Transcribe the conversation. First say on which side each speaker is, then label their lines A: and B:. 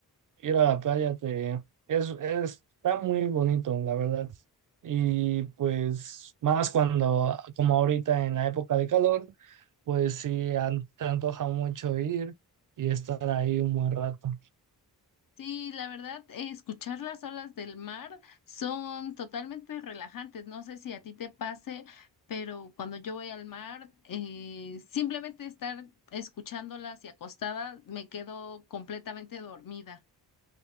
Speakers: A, on the right; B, on the left.
A: ir a la playa te es, es- está muy bonito, la verdad. Y pues más cuando, como ahorita en la época de calor, pues sí, an- te antoja mucho ir y estar ahí un buen rato.
B: Sí, la verdad, eh, escuchar las olas del mar son totalmente relajantes. No sé si a ti te pase, pero cuando yo voy al mar, eh, simplemente estar escuchándolas y acostada, me quedo completamente dormida.